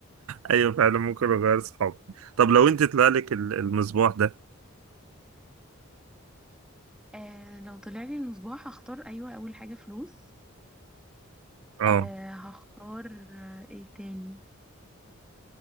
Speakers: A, on the right (about 70°); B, in the centre.
A: ايوه فعلا ممكن اغير صحابي طب لو انت طلع لك ال- المصباح ده
B: آه لو طلع لي المصباح هختار ايوه اول حاجه فلوس
A: اه
B: آه هختار آه ايه تاني